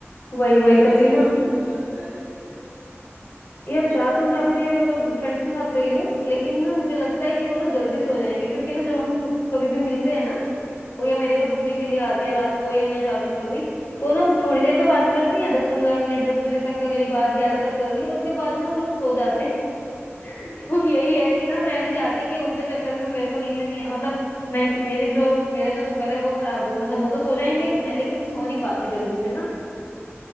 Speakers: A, on the left; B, on the right.
A: वही वही
B: तो वैसे
A: तभी ना
B: दोस्तों के साथ जा रही है अकेले
A: यार जा तो मैं अपने मतलब फ्रेंड्स के साथ रही हूँ लेकिन ना मुझे लगता है कि वो ना जल्दी सो जाएंगे क्योंकि ना जब हम कभी भी मिलते हैं ना वो या मेरे घर रुकने के लिए आती हैं रात को या मैं जाती हूँ कभी तो ना वो थोड़ी देर तो बात करती हैं दस पंद्रह मिनट दस बजे तक कर ली बात ग्यारह तक कर ली उसके बाद ना वो लोग सो जाते हैं <laughs> तो यही है कि ना मैं
B: अच्छा,
A: नहीं चाहती कि उनके चक्कर में मेरे को नींद नहीं आए मतलब मैं मेरे जो मेरा जो सफर है वो खराब हो मतलब वो तो सो जाएंगे मैं लेकिन मैं सो नहीं पाती हूँ जल्दी से ना